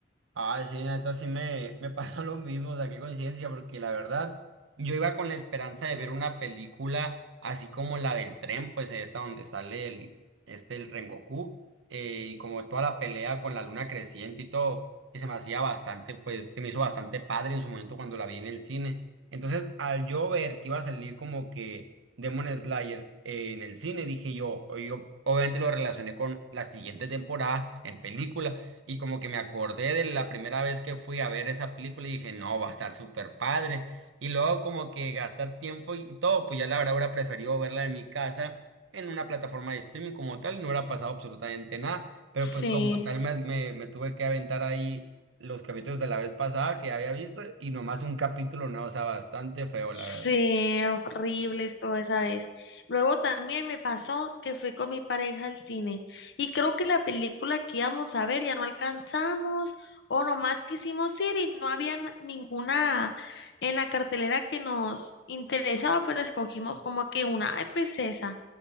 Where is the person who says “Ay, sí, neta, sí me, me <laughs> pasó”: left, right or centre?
Right